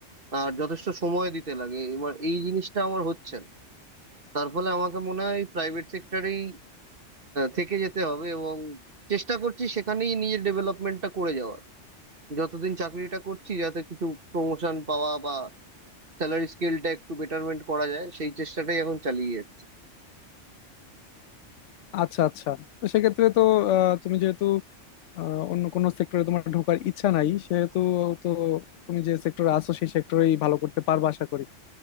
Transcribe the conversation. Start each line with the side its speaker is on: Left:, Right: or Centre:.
Right: আর যথেষ্ট সময় দিতে লাগে এবার এই জিনিসটা আমার হচ্ছে না তার ফলে আমাকে মনে হয় প্রাইভেট সেক্টরেই থেকে যেতে হবে এবং চেষ্টা করছি সেখানেই নিজের ডেভেলপমেন্টটা করে যাওয়ার যতদিন চাকরিটা করছি যাতে কিছু প্রমোশন পাওয়া বা স্যালারি স্কেলটা একটু বেটারমেন্ট করা যায় সেই চেষ্টাটাই এখন চালিয়ে যাচ্ছি
Left: আচ্ছা আচ্ছা তো সেক্ষেত্রে তো আহ, তুমি যেহেতু আহ, অন্য কোনো সেক্টরে তোমার ঢোকার ইচ্ছা নাই সেহেতু তো তুমি যে সেক্টরে আছো সেই সেক্টরেই ভালো করতে পারবে আশা করি